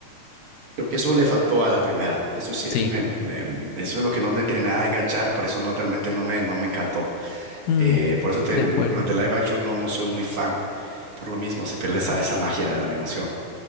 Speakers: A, on the right; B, on the left.
A: Creo que eso le faltó a la primera. Eso sí,
B: Sí.
A: eso me, me- me- eso es lo que no me tiene nada de enganchar. Por eso no, realmente no me, no me encantó.
B: Mm,
A: Eh, por eso te-
B: de
A: no-
B: acuerdo.
A: no, con las de live action no, no soy muy fan. Por lo mismo, se pierde esa, esa magia de la animación.